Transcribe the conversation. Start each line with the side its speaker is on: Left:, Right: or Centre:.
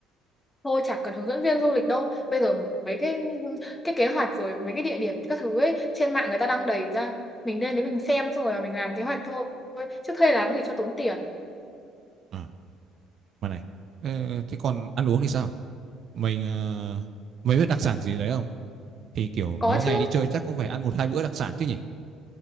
Left: Thôi chả cần hướng dẫn viên du lịch đâu. Bây giờ mấy cái cái kế hoạch rồi mấy cái địa điểm các thứ ấy trên mạng người ta đăng đầy ra. Mình lên đấy mình xem xong rồi mình làm kế hoạch thôi. Chứ thuê làm gì cho tốn tiền.
Right: Ờ, mà này. Ờ, thế còn ăn uống thì sao? Mình ờ, mày biết đặc sản gì đấy không? Thì kiểu
Left: Có
Right: mấy
Left: chứ.
Right: ngày đi chơi chắc cũng phải ăn một hai bữa đặc sản chứ nhỉ?